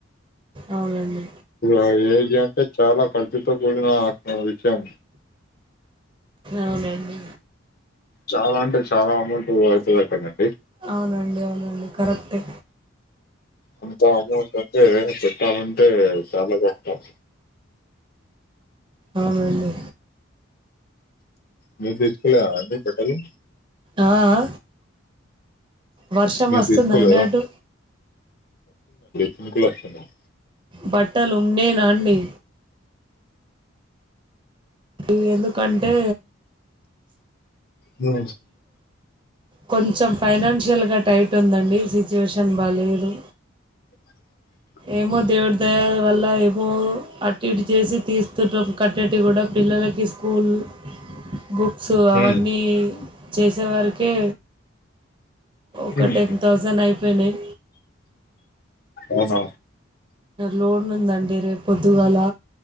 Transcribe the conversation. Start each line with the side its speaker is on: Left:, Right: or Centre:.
Right: అవునండి
Left: అ ఏజ్ అంటే చాలా ఖర్చుతో అ కూడిన విషయం
Right: అవునండి
Left: చాలా అంటే చాలా అమౌంట్ అయితది అక్కడండి
Right: అవునండి అవునండి కరెక్టే
Left: అంత అమౌంట్ అంటే పెట్టాలంటే చాలా కష్టం
Right: అవునండి
Left: మీరు తీసుకోలేద అండి బట్టలు
Right: ఆ అ వర్షం
Left: మీరు
Right: వస్తుందా
Left: తీసుకోలేదా
Right: అండి అటు
Left: చినుకులోస్తున్నాయి
Right: బట్టలు ఉన్నేన అండి ఇ ఎందుకంటే
Left: హ
Right: కొంచెం ఫైనాన్షియల్గా టైట్ ఉందండి సిచ్యువేషన్ బాగాలేదు
Left: <inaudible>
Right: ఏమో దేవుడి దయావళ్ళ ఏమో అటు ఇటు చేసి తీస్తుంటం కట్టటియి కూడా పిల్లలకి స్కూల్ బుక్స్
Left: హ్మ్,
Right: అవన్నీ చేసేవ రాకే ఒక
Left: హ్మ్,
Right: టెన్
Left: హ్మ్.
Right: థౌసండ్ అయిపోయినాయి
Left: అవున
Right: లోన్ ఉందండి రేపు పొద్దుగాల